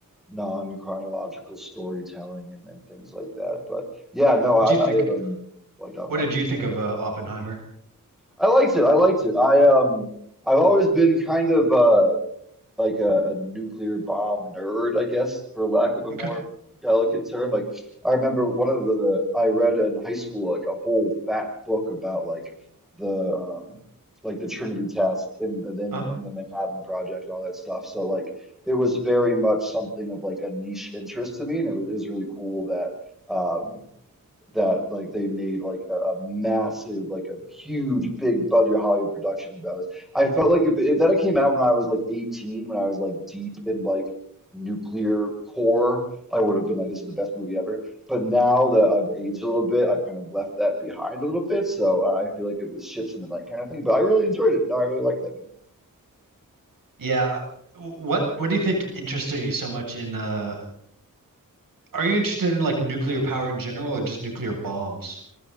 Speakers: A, in the centre; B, on the right.
A: non-chronological storytelling and, and things like that. But yeah, no,
B: What
A: I,
B: do you think?
A: I um like Oppenheimer.
B: What did you think of uh, Oppenheimer?
A: I liked it. I liked it. I um I've always been kind of uh like a, a nuclear bomb nerd, I guess, for lack of a more
B: Okay.
A: delicate term. Like I remember one of the I read in high school like a whole fat book about like the um like the Trinity test and then
B: Uh.
A: and the Manhattan Project and all that stuff. So like it was very much something of like a niche interest to me, and it was, it was really cool that. um that like they made like a, a massive like a huge big budget Hollywood production about this. I felt like if, if that had came out when I was like 18, when I was like deep in like nuclear core, I would have been like, this is the best movie ever. But now that I've aged a little bit, I've kind of left that behind a little bit. So uh, I feel like it was ships in the night kind of thing. But I really enjoyed it. No, I really liked that movie.
B: Yeah. What What do you think interested you so much in? Uh, are you interested in like nuclear power in general or just nuclear bombs?